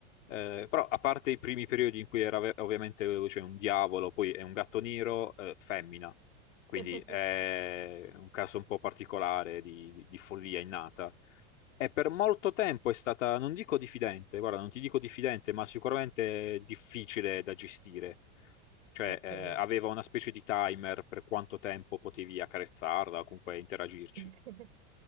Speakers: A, on the left (about 80°); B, on the right (about 70°).
A: Eh, però a parte i primi periodi in cui era ve- ovviamente cioè, un diavolo, poi è un gatto nero, eh, femmina, quindi
B: <laughs>
A: è un caso un po' particolare di, di- di follia innata. E per molto tempo è stata, non dico diffidente, guarda, non ti dico diffidente, ma sicuramente difficile da gestire. Cioè,
B: Ok.
A: eh, aveva una specie di timer per quanto tempo potevi accarezzarla o comunque interagirci.
B: <laughs>